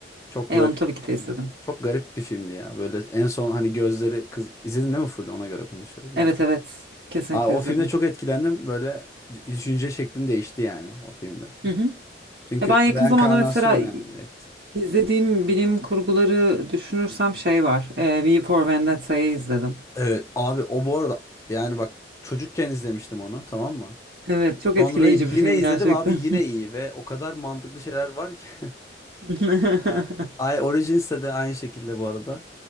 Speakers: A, on the left (about 15°); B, on the right (about 70°).
A: Çok
B: E
A: böyle
B: onu tabii ki de izledim.
A: çok garip bir filmdi ya. Böyle en son hani gözleri kız izledin değil mi full ona göre konuşuyorum.
B: Evet evet kesinlikle
A: Aa, o
B: izledim.
A: filmde çok etkilendim. Böyle düşünce şeklim değişti yani o filmde.
B: Hı hı.
A: Çünkü
B: Ya Ben yakın
A: reenkarnasyon
B: zamanda mesela
A: yani direkt.
B: izlediğim bilim kurguları düşünürsem şey var. E, V for Vendetta'yı izledim.
A: Evet abi o bu arada yani bak çocukken izlemiştim onu tamam mı?
B: Evet, çok etkileyici
A: Sonra yine
B: bir film
A: izledim
B: gerçekten.
A: abi yine iyi ve o kadar mantıklı şeyler var ki. <laughs>
B: <laughs>
A: Ee, I Origins'te de aynı şekilde bu arada.